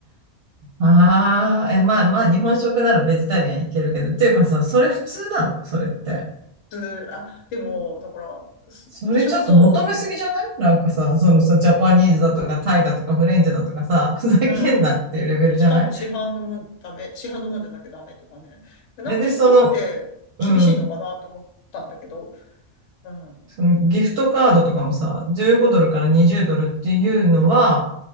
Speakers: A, on the right (about 65°); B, on the left (about 80°).
A: ああ、え、まあまあ、日本食ならベジタリアンいけるけど、っていうかさ、それ普通なのそれって。
B: <laughs> あ、でも、だから、す私もそ
A: それちょっと求めすぎじゃないなんかさ、そのさ、ジャパニーズだとかタイだとかフレンチだとかさ、ふざけんなっていうレベルじゃない
B: う、うん。しかも市販のもんダメ、市販のもんじゃなきゃダメとかね。なんかそこまで厳しいのかなと思ったんだけど、
A: えで、その、うん、
B: うん、
A: そのギフトカードとかもさ、15ドルから20ドルっていうのは、
B: うん。